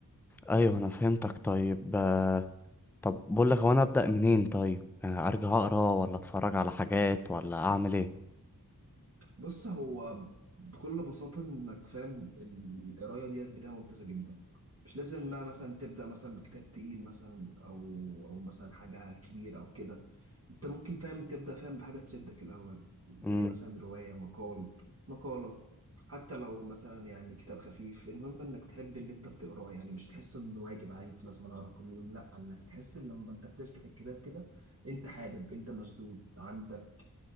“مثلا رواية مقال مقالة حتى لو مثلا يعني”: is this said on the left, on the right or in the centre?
Right